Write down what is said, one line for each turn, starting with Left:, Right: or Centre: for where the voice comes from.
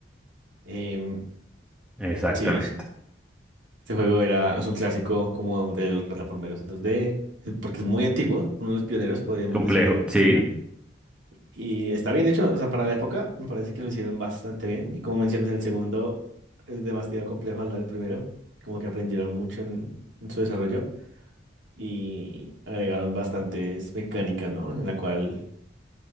Right: Em,
Centre: Exactamente.
Right: sí, este juego era, es un clásico como de los plataformeros en 2D, eh, porque es muy antiguo, uno de los pioneros, podríamos
Centre: Complejo,
Right: decirlo.
Centre: sí,
Right: Y está bien hecho, o sea, para la época me parece que lo hicieron bastante bien. Y como mencionas, el segundo es demasiado complejo al lado del primero, como que aprendieron mucho en, en su desarrollo y agregaron bastantes mecánicas, ¿no? En la cual